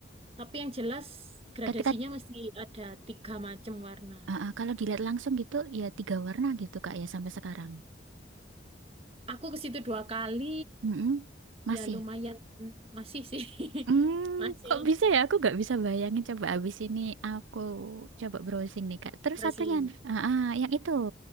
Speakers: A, on the right (about 30°); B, on the right (about 80°).
A: tapi yang jelas gradasinya
B: Ketika
A: mesti ada tiga macam warna
B: Ah, ah, kalau dilihat langsung gitu ya tiga warna gitu Kak ya sampai sekarang.
A: aku ke situ dua kali
B: Mm-mm. Masih.
A: ya lumayan masih sih
B: Hmm,
A: <laughs> masih
B: kok bisa ya? Aku nggak bisa bayangin. Coba abis ini aku coba browsing nih Kak. Terus
A: terus
B: satunya,
A: sih
B: ah, ah, yang itu